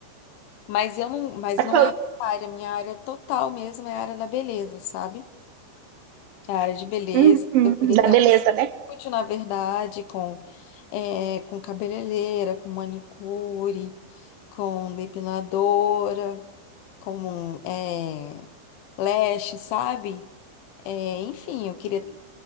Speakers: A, on the left; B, on the right.
A: Mas eu não, mas
B: Mas,
A: não é a área, minha área total mesmo é a área da beleza, sabe? É a área de beleza.
B: uhum, uhum,
A: Eu queria
B: dá
A: ter
B: beleza,
A: um estúdio,
B: né?
A: na verdade, com, é, com cabeleireira, com manicure, com depiladora. como um, é, leste, sabe? É, enfim, eu queria ter